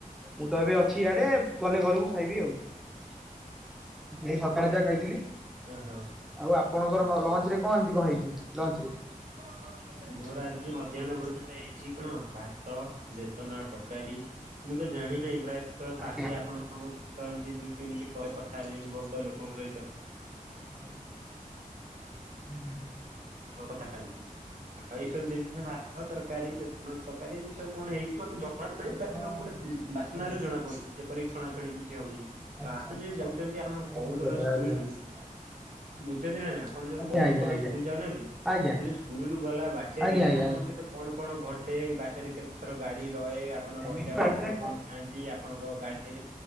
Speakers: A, in the centre; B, on the right.
A: ମୁଁ ତ ଏବେ ଅଛି ଇଆଡେ ଗଲେ ଘରକୁ ଖାଇବି ଆଉଏଇ ସକାଳେ ଯା ଖାଇଥିଲି।
B: ଓହୋ
A: ଆଉ ଆପଣଙ୍କର ଲଞ୍ଚ ରେ କଣ ଏମିତି କଣ ହେଇଛି ଲଞ୍ଚରେ?
B: <unintelligible> ମୋର ଆଜି ମଧ୍ୟାହ୍ନଭୋଜନ ହେଇଛି କଣ ଭାତ ବେସନ ତରକାରୀ। ମୁଁ ତ ଜାଣିି ନାହିଁ ପ୍ରାୟ ତ ସାଥୀଆପଣଙ୍କଛନ୍ତି
A: ଆଜ୍ଞା।
B: ଦୁଇ ତିନିଟି କଥା ହେଲିଣି ବହୁତ ଲୋକଙ୍କ ସହିତ
A: <unintelligible>
B: କଥାଛି <unintelligible> ଆଉ ଏଇ ସବୁ ଜିନସ ଭାତ ତରକାରୀ ତରକାରୀ ଏି ସବୁ କଣ ହେଇଛି ମତେ ଜ <unintelligible>
A: ମୁଁ ତ
B: <unintelligible> ବାସ୍ନନା
A: ଆଜ୍ଞା
B: ରୁ ଜଣା ପଡୁଛି ଯେପରି ଛଣାଛଣି କିଛି ହଉଛି।
A: ଆଚ୍ଛା
B: ଆପଣ
A: ଆଚ୍ଛା
B: <unintelligible> ଯି ଯାଉଛନ୍ତି ଆପଣ କୋଉଡଲ
A: ଏମିତି କଥା
B: ସ୍କୁଲୁ
A: <unintelligible>
B: ବୁଝୁଛନ୍ତି ନା ନା ଆପଣ ଯୋଉ
A: ଆଜ୍ଞା
B: କଉଡି
A: ଆଜ୍ଞା
B: ଖୋଲ ସ୍କୁଲ ଯାଉନାହାନ୍ତି
A: ଆଜ୍ଞା
B: ସେ ଯୋଉ ସ୍କୁଲ ଗଲା ବାଟେରେ
A: ଆଜ୍ଞା ଆଜ୍ଞା ଆଜ୍ଞା।
B: ଆପଣଙ୍କ ସହିତ କଣ କଣ ଘଟେ ବାଟେରେ କେତେ ଥର ଗାଡି ରହେ ଆପଣ
A: ସେମିତି
B: ରହିଲା
A: ବାଟରେ
B: ବେଳେ କଣ କଣ ଖାଆନ୍ତି ଆପଣଙ୍କ ଗାଡିରେ